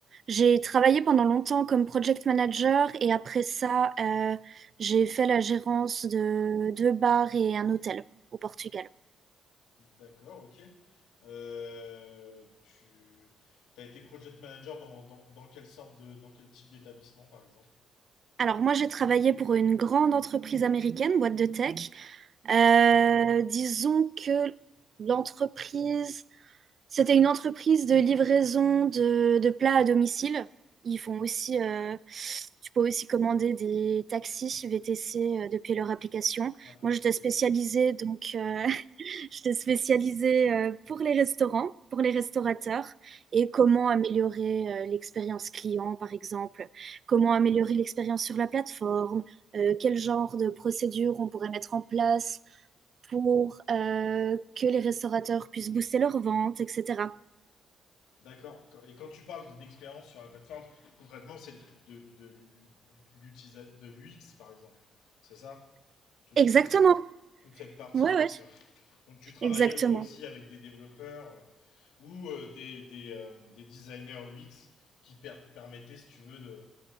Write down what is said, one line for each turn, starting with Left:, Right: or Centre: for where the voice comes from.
Right: j'ai travaillé pendant longtemps comme project manager et après ça, euh, j'ai fait la gérance de deux bars et un hôtel au Portugal.
Left: D'accord, ok. Euh, tu as été project manager dans, dans, dans quelle sorte de, dans quel type d'établissement par exemple
Right: Alors moi, j'ai travaillé pour une grande entreprise américaine, boîte de tech. Euh, disons que l'entreprise, c'était une entreprise de livraison de, de plats à domicile. Ils font aussi, euh, tu peux aussi commander des taxis VTC euh, depuis leur application.
Left: Ah, ah,
Right: Moi,
Left: <laughs>
Right: j'étais
Left: ok,
Right: spécialisée
Left: je vois.
Right: donc euh, J'étais spécialisée euh, pour les restaurants, pour les restaurateurs et comment améliorer euh, l'expérience client, par exemple, comment améliorer l'expérience sur la plateforme, euh, quel genre de procédures on pourrait mettre en place pour euh, que les restaurateurs puissent booster leurs ventes, etc.
Left: D'accord. Et quand tu parles d'expérience sur la plateforme, concrètement, c'est de, de, de l'UX, par exemple. C'est ça Tout-
Right: Exactement.
Left: toute, cette, toute cette partie
Right: Ouais,
Left: UX.
Right: ouais,
Left: ouais. Donc tu travaillais
Right: exactement.
Left: euh, toi aussi avec des développeurs euh, ou euh, des, des, euh, des designers UX qui per- permettaient, si tu veux, de,